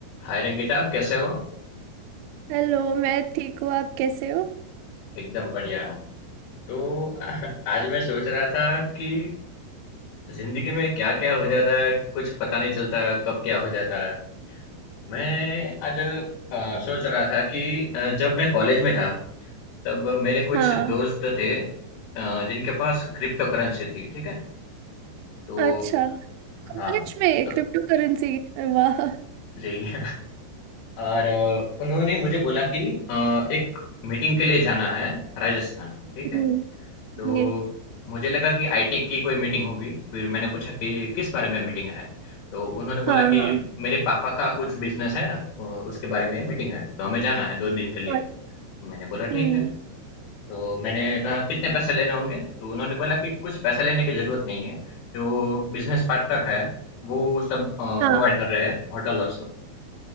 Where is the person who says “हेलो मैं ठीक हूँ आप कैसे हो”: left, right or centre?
Right